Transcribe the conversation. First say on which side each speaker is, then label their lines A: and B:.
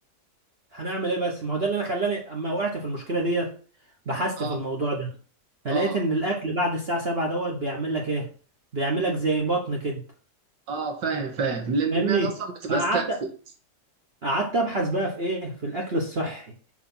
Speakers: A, on the right; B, on the right.
A: هنعمل ايه بس ما هو ده اللي انا خلاني اما وقعت في المشكله ديت بحثت
B: اه
A: في الموضوع ده فلقيت
B: اه
A: ان الاكل بعد الساعه 7 دوت بيعمل لك ايه بيعمل لك زي بطن كده
B: اه فاهم فاهم لان
A: فاهمني
B: المعده اصلا بتبقى
A: فقعدت
B: استكفت
A: قعدت ابحث بقى في ايه في الاكل الصحي